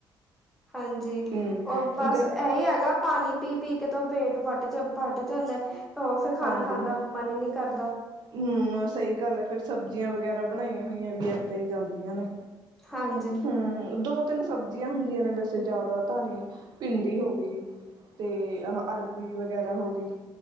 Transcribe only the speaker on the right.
ਹਮ
ਗ
ਹਾਂਜੀ
ਹਾਂ
ਹਮ ਸਹੀ ਗੱਲ ਹੈ ਫੇਰ ਸਬਜ਼ੀਆਂ ਵਗੈਰਾ ਬਣਾਈਆਂ ਹੋਈਆਂ ਵੀ ਏਦਾਂ ਹੀ ਜਾਂਦੀਆਂ ਨੇ।
ਹਮ ਦੋ ਤਿੰਨ ਸਬਜ਼ੀਆਂ ਹੁੰਦੀਆਂ ਨੇ ਵੈਸੇ ਜ਼ਿਆਦਾ ਤਾਂ ਨਹੀਂ ਭਿੰਡੀ ਹੋ ਗਈ। ਅਤੇ ਅਰਬੀ ਵਗੈਰਾ ਹੋ ਗਈ।